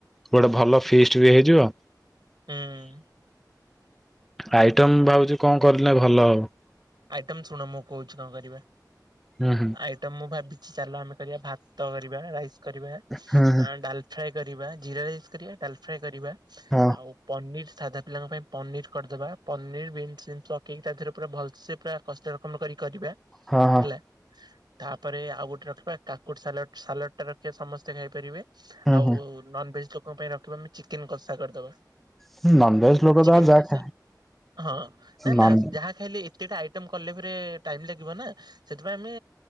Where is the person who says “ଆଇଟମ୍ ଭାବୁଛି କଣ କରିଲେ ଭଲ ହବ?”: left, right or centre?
Centre